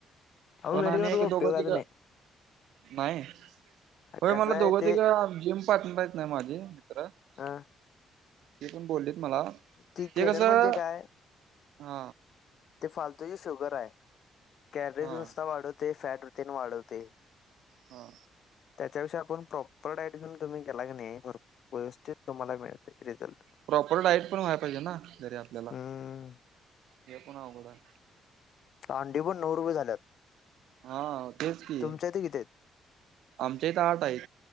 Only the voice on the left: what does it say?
अहो
वेट
करून
काय उपयोगाचं
नाही
कसं
आहे
ते
अ
ती
गेनर
म्हणजे काय
ते फालतूची शुगर आहे, कॅलरीज
नुसता वाढवते फॅट रूटीन वाढवते
त्याच्याविषयी आपण प्रॉपर डाईट घेऊन तुम्ही केल की नाही भर व्यवस्थित तुम्हाला मिळते रिझल्ट
हम्म
अंडी पण नऊ रुपये झाल्यात
तुमच्या इथे किती आहेत?